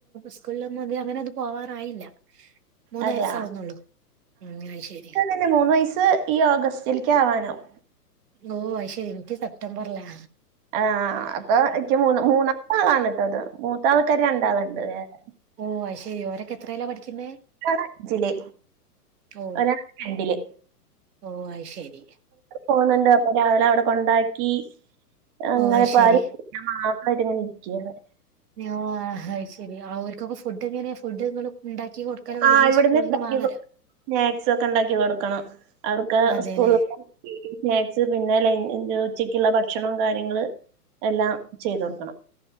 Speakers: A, on the right; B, on the right.
A: സ്കൂളിലൊന്നും അങ്ങ് അങ്ങനെ അത് പോവാറായില്ല മൂന്ന്
B: അതെയോ
A: വയസ് ആവുന്നുള്ളൂ ഉം അയ്ശരി
B: <unintelligible> ന്നെ മൂന്ന് വയസ്സ് ഈ ഓഗസ്റ്റിൽക്ക് ആവാനാകും
A: ഓഹ് അയ് ശരി ഇവൻക്ക് സെപ്റ്റംബർലാ
B: ആഹ് അപ്പൊ എനിക്ക് മൂന്ന് മൂന്നാളാണ് ഉള്ളത് മൂത്ത ആൾക്കാർ രണ്ടാളുണ്ട് വേറെ
A: ഓഹ് അയ്ശരി ഓരൊക്കെ എത്രേലാ പഠിക്കുന്നേ
B: ഒരാള് അഞ്ചില്
A: ഓ
B: ഒരാള് രണ്ടില്
A: ഓ അത് ശരി
B: പോന്നുണ്ട് അപ്പൊ രാവിലെ അവിടെ കൊണ്ടാക്കി അങ്ങനെപ്പോ
A: ഓ അത് ശരി
B: ആരും ഞാൻ മാത്രം ആയിട്ട് ഇങ്ങനെ ഇരിക്കാ
A: ഓ അത് ശരി. അവർക്കൊക്കെ ഫുഡ് എങ്ങനെയാ ഫുഡ് നിങ്ങള് ഇണ്ടാക്കി കൊട് ക്കെലൊ
B: ആ
A: അല്ലെങ്കി
B: ഇവിടുന്ന്
A: സ്കൂള്ന്ന്
B: ഉണ്ടാക്കി
A: വാങ്ങല്ലോ
B: സ്നാക്സ് ഒക്കെ ഇണ്ടാക്കി കൊടുക്കണം. അവർക്ക്
A: അതെല്ലേ
B: സ്കൂള് സ്നാക്സ് പിന്നെ ലൻ ഉച്ചക്കുള്ള ഭക്ഷണം കാര്യങ്ങള് എല്ലാം ചെയ്ത് കൊടുക്കണം